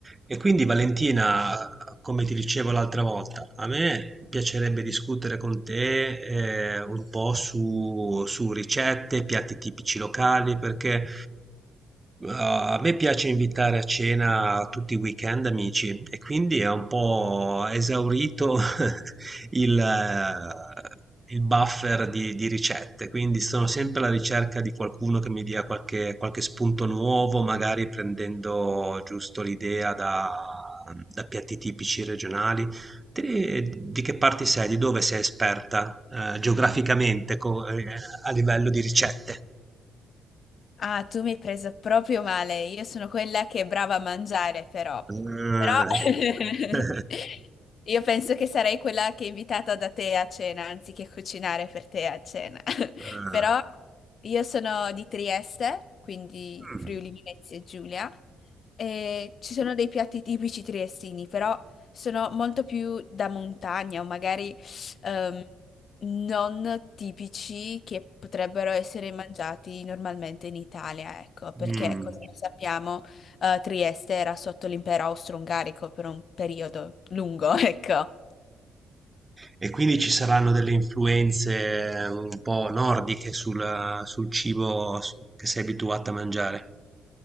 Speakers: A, on the right; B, on the left.
A: E quindi Valentina, come ti dicevo l'altra volta, a me piacerebbe discutere con te eh, un po' su, su ricette, piatti tipici locali, perché Uh, a me piace invitare a cena tutti i weekend amici e quindi è un po' esaurito <laughs> il, eh, il buffer di, di ricette, quindi sono sempre alla ricerca di qualcuno che mi dia qualche, qualche spunto nuovo, magari prendendo giusto l'idea da, da piatti tipici regionali. Te- di che parte sei? Di dove sei esperta, eh, geograficamente, co- eh, a livello di ricette?
B: Ah, tu mi hai preso proprio male. Io sono quella che è brava a mangiare, però.
A: Ah.
B: Però <laughs>
A: <laughs>
B: io penso che sarei quella che è invitata da te a cena, anziché cucinare per te a cena. <laughs>
A: Eh,
B: Però io sono di Trieste, quindi
A: mm,
B: Friuli Venezia Giulia, e ci sono dei piatti tipici triestini, però sono molto più da montagna o magari ehm, non tipici che potrebbero essere mangiati normalmente in Italia, ecco, perché
A: mm.
B: come sappiamo, eh, Trieste era sotto l'impero austro-ungarico per un periodo lungo, <laughs> ecco.
A: E quindi ci saranno delle influenze eh, un po' nordiche sul, sul cibo su- che sei abituato a mangiare.